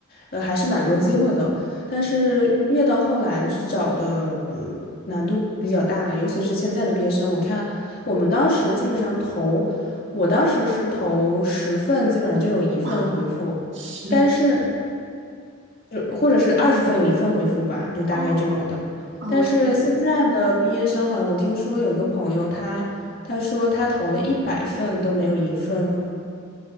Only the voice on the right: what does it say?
哇是
哦哦，
我天！